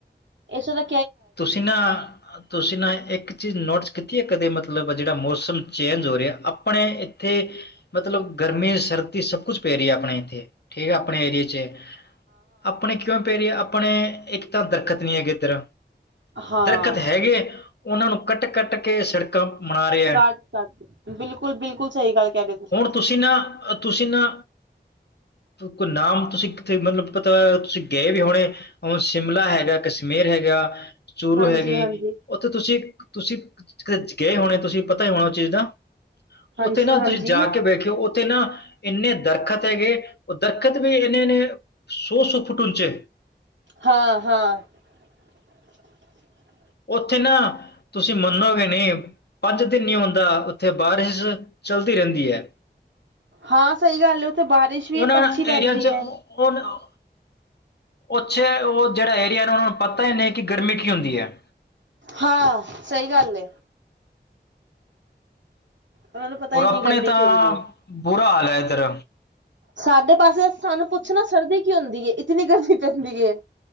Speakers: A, on the right; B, on the left.
A: ਏਸੇ ਤਾਂ
B: ਤੁਸੀਂ ਨਾ, ਤੁਸੀਂ ਨਾ, ਇੱਕ ਚੀਜ਼ ਨੋਟਸ ਕੀਤੀ ਹੈ, ਕਦੇ ਮਤਲਬ ਜਿਹੜਾ ਮੌਸਮ ਚੇਂਜ ਹੋ ਰਿਹਾ, ਆਪਣੇ ਇੱਥੇ ਮਤਲਬ ਗਰਮੀ ਸਰਦੀ ਸਭ ਕੁਛ ਪੈ ਰਹੀ ਹੈ, ਆਪਣੇ ਇੱਥੇ। ਠੀਕ ਹੈ, ਆਪਣੇ ਏਰੀਏ 'ਚ, ਆਪਣੇ ਕਿਉਂ ਪੈ ਰਹੀ ਏ। ਆਪਣੇ, ਇੱਕ ਤਾਂ ਦਰਖਤ ਨੀ ਹੈਗੇ ਇੱਧਰ।
A: ਹਾਂ
B: ਦਰਖਤ ਹੈਗੇ, ਉਹਨਾਂ ਨੂੰ ਕੱਟ- ਕੱਟ ਕੇ ਸੜਕਾਂ ਮਨਾ ਰਿਹਾ,
A: ਕੱਟ ਕੱਟ ਬਿਲਕੁਲ ਬਿਲਕੁਲ ਸਹੀ ਗੱਲ ਕਹਿ ਰਹੇ ਹੋ
B: ਹੁਣ ਤੁਸੀਂ ਨਾ, ਤੁਸੀਂ ਨਾ ਕੋਈ ਨਾਮ, ਤੁਸੀਂ ਕਿੱਥੇ ਮਤਲਬ ਪਤਾ ਏ, ਤੁਸੀਂ ਗਏ ਵੀ ਹੋਣੇ, ਹੁਣ ਸ਼ਿਮਲਾ ਹੈਗਾ, ਕਸ਼ਮੀਰ ਹੈਗਾ। ਚੂਰੋ
A: ਹਾਂਜੀ
B: ਹੈਗੀ,
A: ਹਾਂਜੀ
B: ਉੱਥੇ ਤੁਸੀਂ ਤੁਸੀਂ ਗਏ ਹੋਣੇ ਤੁਸੀਂ ਪਤਾ ਹੀ ਹੋਣਾ ਉਸ ਚੀਜ਼ ਦਾ।
A: ਹਾਂਜੀ
B: ਉੱਥੇ ਨਾ
A: ਹਾਂਜੀ
B: ਤੁਸੀਂ ਜਾ ਕੇ ਬੈਠਿਓ ਤੇ ਨਾ ਇੰਨੇ ਦਰਖਤ ਹੈਗੇ, ਉਹ ਦਰਖਤ ਵੀ ਇੰਨੇ ਨੇ, ਸੌ-ਸੌ ਫੁੱਟ ਉੱਚੇ।
A: ਹਾਂ ਹਾਂ। <inaudible>
B: ਉੱਥੇ ਨਾ, ਤੁਸੀਂ ਮੰਨੋਗੇ ਨੀ ਪੰਜ ਦਿਨ ਨੀ ਹੁੰਦਾ ਉੱਥੇ ਬਾਰਿਸ਼ ਚੱਲਦੀ ਰਹਿੰਦੀ ਹੈ।
A: ਹਾਂ ਸਹੀ ਗੱਲ ਹੈ ਉੱਥੇ ਬਾਰਿਸ਼ ਵੀ
B: ਉਹਨਾਂ
A: ਅੱਛੀ ਪੈਂਦੀ
B: ਏਰੀਆ ਚ ਉਹ
A: ਹੈ।
B: ਉੱਥੇ ਉਹ ਜਿਹੜਾ ਏਰੀਆ ਨਾ ਉਹਨਾਂ ਨੂੰ ਪਤਾ ਹੀ ਨਹੀਂ, ਕਿ ਗਰਮੀ ਕੀ ਹੁੰਦੀ ਹੈ।
A: ਹਾਂ ਸਹੀ ਗੱਲ ਏ। ਉਹਨਾਂ ਨੂੰ ਪਤਾ
B: ਔਰ,
A: ਹੀ ਨਹੀਂ
B: ਆਪਣੇ
A: ਗਰਮੀ
B: ਤਾਂ
A: ਕੀ ਹੁੰਦੀ ਹੈ
B: ਬੁਰਾ ਹਾਲ ਹੈ ਇੱਧਰ।
A: ਸਾਡੇ ਪਾਸੇ, ਸਾਨੂੰ ਪੁੱਛਣਾ ਸਰਦੀ ਕੀ ਹੁੰਦੀ, ਇਤਨੀ ਗਰਮੀ ਪੈਂਦੀ ਹੈ।